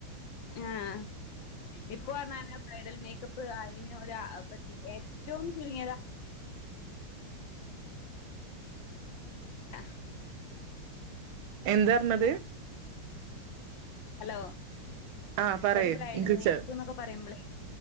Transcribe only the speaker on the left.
ആഹ് ഇപ്പൊ ർഞ്ഞാല് ആഹ് ബ്രൈഡൽ മേക്കപ്പ് <unintelligible> ഒ ഏറ്റവും ചുരുങ്ങിയത ആഹ്
മ് ഹലോ?
പ്പ ഒരു ബ്രൈഡൽ
മേക്കപ്പ്ന്നൊക്കെ പറയുമ്പളേ